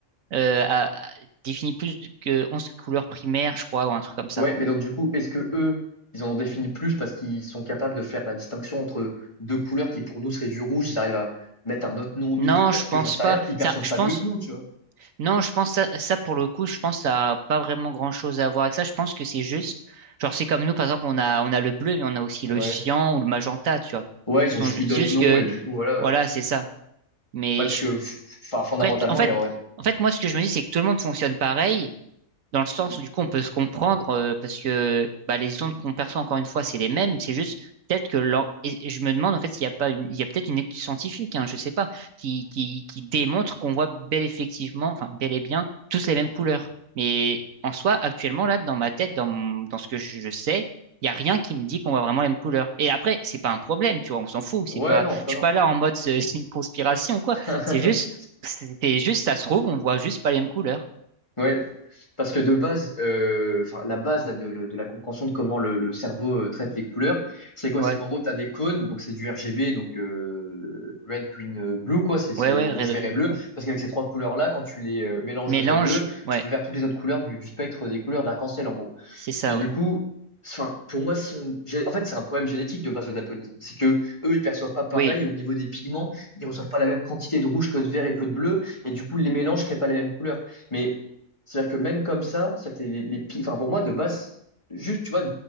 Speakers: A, on the right (about 75°); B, on the left (about 20°).
A: euh, a- définit plus que 11 couleurs primaires, je crois, ou un truc comme ça.
B: Ouais, mais donc du coup, est-ce que eux, ils en ont défini plus parce qu'ils sont capables de faire la distinction entre deux couleurs qui pour nous seraient du rouge, ils arrivent à mettre un autre nom au milieu
A: Non,
B: parce
A: je pense
B: que j'en sais
A: pas.
B: rien, ils perçoivent
A: Ça, je
B: pas
A: pense.
B: mieux que nous, tu vois.
A: Non, je pense ça, ça pour le coup, je pense que ça a pas vraiment grand-chose à voir avec ça. Je pense que c'est juste, genre c'est comme nous par exemple, on a on a le bleu, mais on a aussi le
B: Ouais.
A: cyan ou le magenta, tu vois.
B: Ouais, ils
A: Sont
B: ont juste
A: ju-
B: mis d'autres
A: C'est juste
B: noms
A: que
B: et du coup, voilà.
A: voilà, c'est ça. Mais
B: Ouais, parce
A: je,
B: que f- f- enfin, fondamentalement,
A: après, tout- en fait,
B: il y aurait...
A: en fait, moi ce que je me dis, c'est que tout le monde fonctionne pareil Dans le sens, où, du coup, on peut se comprendre euh, parce que bah, les ondes qu'on perçoit, encore une fois, c'est les mêmes. C'est juste peut-être que l'en- et- et je me demande en fait s'il n'y a pas une... il y a peut-être une étude scientifique, hein, je sais pas, qui, qui, qui démontre qu'on voit bel effectivement, enfin bel et bien, tous les mêmes couleurs. Mais en soi, actuellement, là, dans ma tête, dans, mon- dans ce que je, je sais, il n'y a rien qui me dit qu'on voit vraiment les mêmes couleurs. Et après, c'est pas un problème, tu vois, on s'en fout.
B: Ouais,
A: C'est pas...
B: non, soit
A: Je
B: non.
A: suis pas là en mode c'est c'est une conspiration ou quoi.
B: <laughs>
A: C'est juste, c'était juste, ça se trouve, on voit juste pas les mêmes couleurs.
B: Ouais, parce que de base, euh, enfin la base là, de, le- de la compréhension de comment le, le cerveau euh, traite les couleurs, c'est quoi?
A: Ouais.
B: C'est qu'en gros, tu as des cônes, donc c'est du RGB, donc euh, red, green, euh, blue, quoi, c'est c'est
A: Ouais, ouais,
B: rouge,
A: Red
B: vert et bleu.
A: Bull, ouais.
B: Parce qu'avec ces trois couleurs-là, quand tu les euh, mélanges
A: Mélange,
B: deux à deux,
A: ouais,
B: tu peux faire toutes les autres couleurs du, du spectre des couleurs de l'arc-en-ciel, en gros.
A: c'est ça,
B: Mais du
A: ouais.
B: coup, enfin, pour moi, si on... j'ai- en fait, c'est un problème génétique de base le daltonisme. C'est que eux, ils perçoivent pas pareil
A: Oui,
B: au niveau des pigments. Ils reçoivent pas la même quantité de rouge que de vert et que de bleu. Et du coup, les mélanges créent pas les mêmes couleurs. Mais c'est-à-dire que même comme ça, c'est-à-dire que les, les, pi- enfin, pour moi, de base, juste, tu vois,